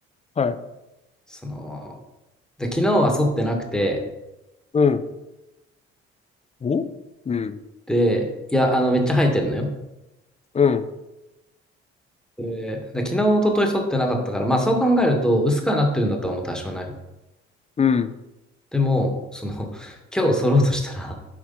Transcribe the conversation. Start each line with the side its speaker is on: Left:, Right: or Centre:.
Left: はい。
Centre: その、で、昨日は剃ってなくて、
Left: うん。おうん。
Centre: で、いや、あの、めっちゃ生えてるのよ。
Left: うん。
Centre: で、で昨日、一昨日剃ってなかったから、まあそう考えると、薄くはなってるんだとは思う多少なり。
Left: うん。
Centre: でも、その、<laughs> 今日剃ろうとしたら、